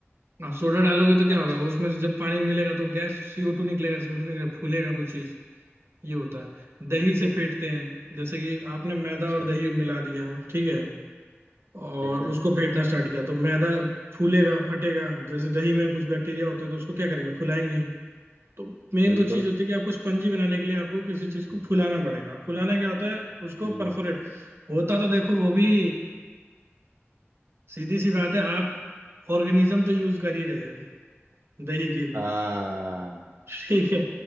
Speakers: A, on the right; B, on the right.
A: आप सोडा डालोगे तो क्या
B: अच्छा
A: होगा उसमें से जब पानी मिलेगा तो गैस सीओ टू निकलेगा सीओ टू निकलेगा फूलेगा कुछ चीज ये होता है दही से
B: ठीक
A: फेंटते हैं जैसे कि आपने मैदा
B: अच्छा
A: और दही मिला दिया ठीक है और
B: ठीक है
A: उसको फेंटना स्टार्ट किया तो मैदा फूलेगा फटेगा जैसे दही में कुछ बैक्टीरिया होते हैं तो उसको क्या करेंगे फुलाएंगे ही। तो मेन
B: बिल्कुल
A: तो चीज होती है कि आपको स्पंजी बनाने के लिए आपको किसी चीज को फुलाना पड़ेगा फुलाना क्या होता है उसको
B: हम्म
A: परफोरेट होता तो देखो वो भी सीधी सी बात है आप ऑर्गेनिज्म तो यूज कर ही रहे हो दही की भी
B: हाँ
A: ठीक है